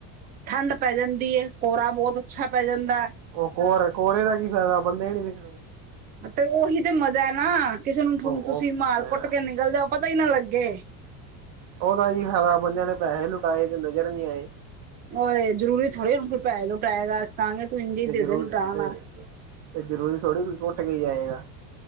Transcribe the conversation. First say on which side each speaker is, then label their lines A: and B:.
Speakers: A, on the right; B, on the right.
A: ਠੰਡ ਪੈ ਜਾਂਦੀ ਏ ਕੋਰਾ ਬਹੁਤ ਅੱਛਾ ਪੈ ਜਾਂਦਾ।
B: ਉਹ ਕੋਰ ਕੋਹਰੇ ਦਾ ਕੀ ਫਾਇਦਾ ਬੰਦੇ ਨੀ ਦੀਖਣੇ।
A: ਤੇ ਉਹੀ ਤੇ ਮਜ਼ਾ ਐ ਨਾ ਕਿਸੇ ਨੂੰ
B: ਉਹ
A: ਤੁਸੀਂ ਮਾਰ
B: ਮੈਂ
A: ਕੁੱਟ ਕੇ ਨਿਕਲ ਜਾਓ ਪਤਾ ਈ ਨਾ ਲੱਗੇ।
B: ਉਹਦਾ ਕੀ ਫਾਇਦਾ ਬੰਦਿਆਂ ਨੇ ਪੈਸੇ ਲੁਟਾਏ ਤੇ ਨਜ਼ਰ ਨੀ ਆਏ।
A: ਉਹ ਇਹ ਜ਼ਰੂਰੀ ਥੋੜੀ ਹੁਣ ਕੋਈ ਪੈਸੇ ਲੁਟਾਏਗਾ ਅਸੀਂ ਕਹਾਂਗੇ ਤੂੰ ਇੰਨੇ ਹੀ
B: ਤੇ
A: ਦੇ
B: ਜ਼ਰੂਰ
A: ਦੇ ਲੁਟਾ
B: ਤੇ
A: ਨਾ।
B: ਤੇ ਜ਼ਰੂਰੀ ਥੋੜ੍ਹੀ ਕੁੱਟ ਕੇ ਹੀ ਜਾਏਗਾ।